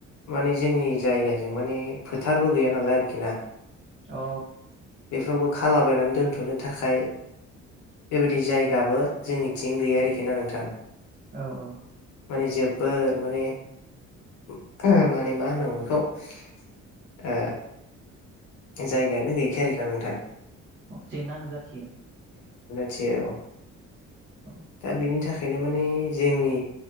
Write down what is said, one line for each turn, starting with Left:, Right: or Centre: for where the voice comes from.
Left: माने जोंनि जायगाजों माने फोथारबो गैया नालाय आरोखि ना
Right: अ
Left: बेफ्रावबो खालाबायनानै दोनथ'नो थाखाय बेबायदि जायगाबो जोंनिथिं गैया आरोखि ना नोंथां।
Right: औ औ
Left: माने जोबोर माने उम माने मा होननांगौ बेखौ ओ जायगायानो गैखाया आरोखिना नोंथां।
Right: अ जेंना नुजाथियो।
Left: थियो अ
Right: औ
Left: दा बिनि थाख ओंखायनो माने जोंनि